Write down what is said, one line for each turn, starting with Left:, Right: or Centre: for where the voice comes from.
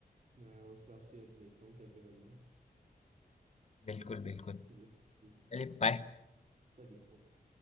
Right: मैं उस हिसाब से अब देखता हूँ कैसे करना है
Left: बिल्कुल बिल्कुल
Right: <laughs> जो ठीक
Left: चलिए
Right: है
Left: बाय
Right: चलिए ओके